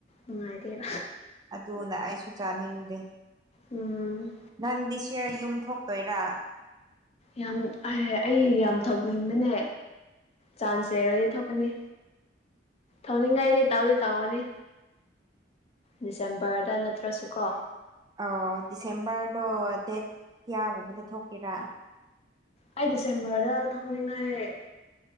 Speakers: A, on the left; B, on the right.
A: ꯎ ꯑꯗꯦ
B: ꯑꯗꯨꯅ ꯑꯩꯁꯨ ꯆꯥꯅꯤꯡꯗꯦ
A: ꯎꯝ
B: ꯅꯪꯗꯤ ꯁꯤꯌꯔ ꯌꯨꯝ ꯊꯣꯛꯇꯣꯏꯔꯥ
A: ꯌꯥꯝ ꯑꯩ ꯌꯥꯝ ꯊꯧꯅꯤꯡꯕꯅꯦ ꯆꯥꯟꯁ ꯂꯩꯔꯗꯤ ꯊꯣꯛꯀꯅꯤ ꯊꯧꯅꯤꯡꯉꯥꯏꯗꯤ ꯇꯥꯎꯗꯤ ꯇꯥꯎꯒꯅꯤ ꯗꯤꯁꯦꯝꯕꯔꯗ ꯅꯠꯇ꯭ꯔꯁꯨ ꯀꯣ
B: ꯑ ꯗꯤꯁꯦꯝꯕꯔꯗꯣ ꯗꯦꯠ ꯀꯌꯥꯒꯨꯝꯕꯗ ꯊꯣꯛꯀꯦꯔꯥ
A: ꯑꯩ ꯗꯤꯁꯦꯝꯕꯔꯗ ꯊꯧꯅꯤꯡꯉꯥꯏ